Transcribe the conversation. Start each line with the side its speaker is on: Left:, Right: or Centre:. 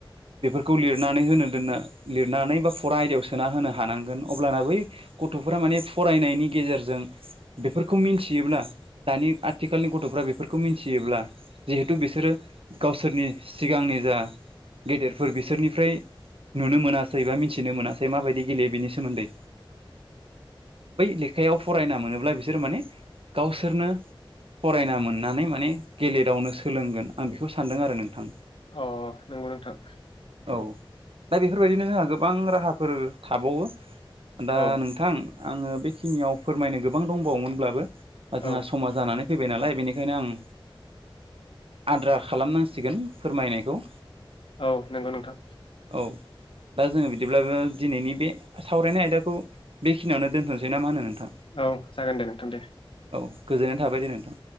Right: बेफोरखौ लिरनानै होनो दोननो लिरनानै बा फरा आयदायाव सोना होनो हानांगोन अब्लाना बै गथ'फोरा माने फरायनायनि गेजेरजों बेफोरखौ मिथियोब्ला दानि आथिखालनि गथ'फ्रा बेफोरखौ मिथियोब्ला जिहेथु बिसोरो गावसोरनि सिगांनि जा गेदेरफोर बिसोरनिफ्राय नुनो मोनासै बा मिथिनो मोनासै माबायदि गेलेयो बेनि सोमोन्दै बै लेखायाव फरायना मोनोब्ला बिसोरो माने गावसोरनो फरायना मोननानै माने गेलेदावनो सोलोंगोन आं बेखौ सानदों आरो नोंथां
Left: अ नंगौ नोंथां
Right: औ दा बेफोरबायदिनो जोंहा गोबां राहाफोर थाबावो दा
Left: औ
Right: नोंथां आङो बेखिनियाव फोरमायनो गोबां दंबावोमोनब्लाबो
Left: औ
Right: जोंहा समा जानानै फैबाय नालाय बेनिखायनो आं आद्रा खालामनांसिगोन फोरमायनायखौ
Left: औ नंगौ नोंथां
Right: औ दा जोङो बिदिब्लाबो दिनैनि बे सावरायनाय आयदाखौ बेखिनियाव दोनथ'सै मा होनो नोंथां
Left: औ जागोन दे नोंथां दे
Right: औ गोजोननाय थाबाय दे नोंथां